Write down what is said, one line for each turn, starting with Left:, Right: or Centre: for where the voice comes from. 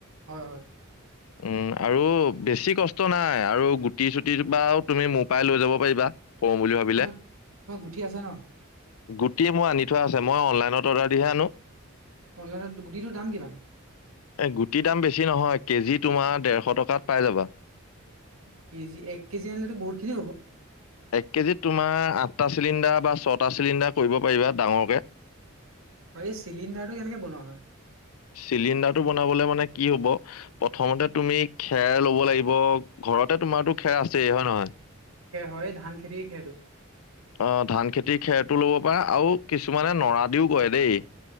Right: হয়
Left: <inaudible> আৰু বেছি কষ্ট নাই আৰু গুটি চুটিৰ বাও তুমি মোৰ পৰাই লৈ যাব পাৰিবা। <unintelligible>
Right: তোমাৰ গুঠি আছে ন'?
Left: গুটি মোৰ আনি থোৱা আছে, মই অনলাইনত অৰ্ডাৰ দিহে আনো।
Right: অনলাইনত গুটিটোৰ দাম কিমান?
Left: গুটিৰ দাম বেছি নহয়, কেজি তোমাৰ ডেৰশ টকাত পাই যাবা।
Right: কেজি এক কেজি আনিলেতো বহুতখিনি হ'ব।
Left: এক কেজিত তোমাৰ আঠটা চিলিণ্ডাৰ বা ছটা চিলিণ্ডাৰ কৰিব পাৰিবা ডাঙৰকে।
Right: এই চিলিণ্ডাৰটো কেনেকে বনোৱা হয়?
Left: চিলিণ্ডাৰটো বনাবলে মানে কি হ'ব প্ৰথমতে তুমি খেৰ ল'ব লাগিব। ঘৰতে তোমাৰটো খেৰ আছেই হয় নহয়।
Right: হয়, ধান খেতিৰ খেৰটো?
Left: অ' ধান খেতিৰ খেৰটোও ল'ব পাৰা আৰু কিছুমানে নৰা দিও কৰে দেই।